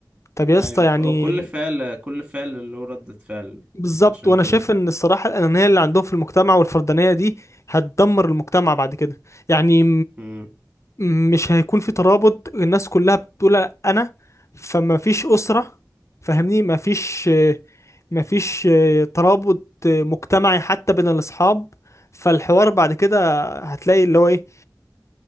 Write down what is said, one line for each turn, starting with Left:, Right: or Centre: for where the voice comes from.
Left: طب يا
Right: ايوه
Left: اسطى يعني
Right: كل فعل كل فعل له ردة فعل
Left: بالظبط
Right: عشان
Left: وانا
Right: كده
Left: شايف ان الصراحه الانانيه اللي عندهم في المجتمع والفردانيه دي هتدمر المجتمع بعد كده يعني
Right: مم.
Left: مش هيكون في ترابط الناس كلها بتقول انا فما فيش اسره فاهمني ما فيش ما فيش ترابط مجتمعي حتى بين الاصحاب فالحوار بعد كده هتلاقي اللي هو ايه